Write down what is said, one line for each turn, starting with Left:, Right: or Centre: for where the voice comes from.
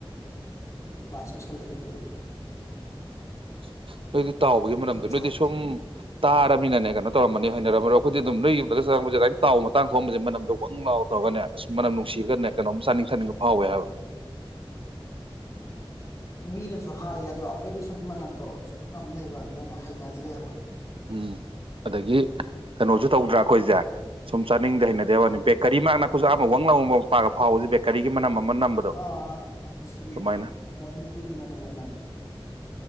Left: ꯄꯩꯁꯥ ꯂꯩꯒ ꯗꯨꯒꯥ
Right: <inaudible> ꯅꯣꯏꯗꯤ ꯇꯥꯎꯕꯒꯤ ꯃꯅꯝꯗꯣ ꯅꯣꯏꯗꯤ
Left: ꯆꯥꯔꯒꯦ
Right: ꯁꯨꯝ ꯇꯥꯔꯃꯤꯅꯅꯦ ꯀꯩꯅꯣ ꯇꯧꯔꯝꯃꯅꯤ ꯍꯥꯏꯅꯔꯝꯃꯔꯣ ꯑꯩꯈꯣꯏꯗꯤ ꯑꯗꯨꯝ ꯅꯣꯏ ꯌꯨꯝꯗ ꯆꯪꯛꯁꯦ ꯑꯗꯨ ꯇꯥꯎ ꯃꯇꯥꯡ ꯊꫭꯛꯑꯝꯕꯥꯁꯦ ꯃꯥꯅꯝ ꯋꯥꯡ ꯂꯥꯎ ꯇꯧꯒꯅꯦ ꯑꯁꯨꯝ ꯃꯅꯝ ꯅꯨꯡꯁꯤꯔꯒꯅꯦ ꯀꯩꯅꯣꯝ ꯆꯥꯅꯤꯡ ꯊꯥꯅꯤꯡꯕ ꯐꯥꯎꯋꯦ ꯍꯥꯏꯕ
Left: ꯃꯤꯅꯁꯨ ꯍꯥꯏꯌꯦ ꯑꯗꯣ ꯑꯩꯈꯣꯏꯗ ꯁꯨꯝ ꯃꯅꯝꯗꯣ ꯁꯨꯝꯅ ꯂꯩꯈ꯭ꯔꯕꯅꯤꯅꯅꯦ ꯍꯩꯅꯗ꯭ꯔꯦ ꯍꯥꯏꯕ
Right: ꯎꯝ ꯑꯗꯒꯤ ꯀꯩꯅꯣꯁꯨ ꯇꯧꯗ꯭ꯔꯥ ꯑꯩꯈꯣꯏꯁꯦ ꯁꯨꯝ ꯆꯥꯅꯤꯡꯗꯦ
Left: ꯎꯝ
Right: ꯍꯩꯅꯗꯦꯕꯅꯤ ꯕꯦꯀꯔꯤ ꯃꯥꯛꯅꯛꯄꯁꯨ ꯑꯍꯥꯟꯕ ꯆꯥꯡꯂꯧ <unintelligible> ꯐꯥꯎꯕꯁꯦ ꯕꯦꯀꯔꯤꯒꯤ ꯃꯅꯝ ꯑꯃ ꯅꯝꯕꯗꯣ
Left: ꯑꯥ ꯑꯥ ꯅꯨꯡꯁꯤꯌꯦ
Right: ꯑꯗꯨꯃꯥꯏꯅ
Left: ꯗꯕ꯭ꯂꯨ ꯇꯤꯒꯤ ꯃꯅꯝꯒ